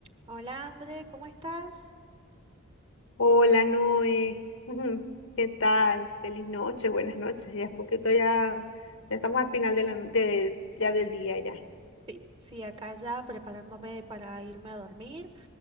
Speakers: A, on the right; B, on the left.
A: Hola André, ¿cómo estás?
B: Hola Noé, <laughs> ¿qué tal? Feliz noche, buenas noches. Ya es un poquito ya, ya estamos al final de la, de, ya del día ya.
A: Sí, sí, acá ya preparándome para irme a dormir,